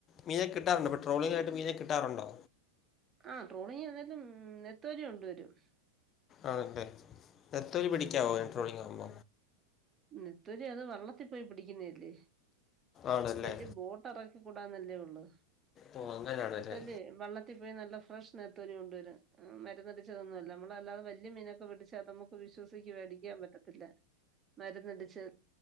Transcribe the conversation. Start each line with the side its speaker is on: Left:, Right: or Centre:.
Left: മീനെക്കേ കിട്ടാറുണ്ട് പെട്രോളിങ്ങ ആയിട്ട് മീനെ കിട്ടാറുണ്ടോ
Right: ആഹ് ട്രോളിങ്ലും നത്തോലി കൊണ്ട വരും
Left: ആണട്ടെ നത്തോലി പിടിക്കാമോ ൻ ട്രോളിംഗ ആവുമ്പ
Right: നത്തൊലി അത് വള്ളത്തിൽ പോയി പിടിക്കുന്നല്ലേ
Left: ആണല്ലേ
Right: വലിയ ബോട്ട റക്ക കൂടാന്നല്ലേ ഉള്ളൂ
Left: ഓ അങ്ങനെയാണല്ലേ
Right: നത്തോലി വള്ള പോയി നല്ല ഫ്രഷ് നത്തോലി കൊണ്ടുവര മരുന്നടിച്ചതന്നല്ല നമ്മളല്ലതെ വലിയ മീനൊക്കെ പിടിച്ചാൽ നമുക്ക് ഇപ്പ വിശ്വസക്ക് മേടിക്കാൻ പറ്റത്തില്ല മരുന്നടിച്ച്